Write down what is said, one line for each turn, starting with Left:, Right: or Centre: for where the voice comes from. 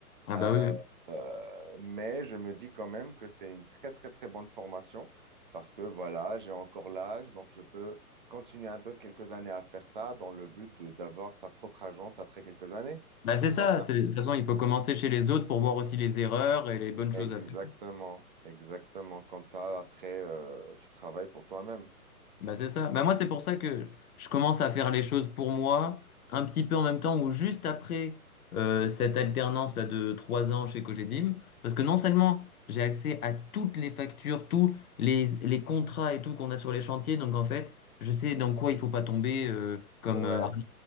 Left: Ah
Right: Euh,
Left: bah oui. oui.
Right: euh, mais je me dis quand même que c'est une très, très, très bonne formation parce que voilà, j'ai encore l'âge, donc je peux continuer un peu quelques années à faire ça dans le but de d'avoir sa propre agence après quelques années.
Left: Bah c'est ça.
Right: Comme ça,
Left: C'est- De toute façon, il faut commencer chez les autres pour voir aussi les erreurs et les bonnes choses
Right: exactement,
Left: à faire.
Right: exactement. Comme ça, après, euh, tu travailles pour toi-même.
Left: Bah c'est ça. Bah moi, c'est pour ça que je commence à faire les choses pour moi, un petit peu en même temps ou juste après euh, cette alternance là de trois ans chez Cogedim, parce que non seulement j'ai accès à toutes les factures, tous les, les contrats et tout qu'on a sur les chantiers, donc en fait, je sais dans quoi il faut pas tomber euh, comme
Right: Ouais,
Left: euh,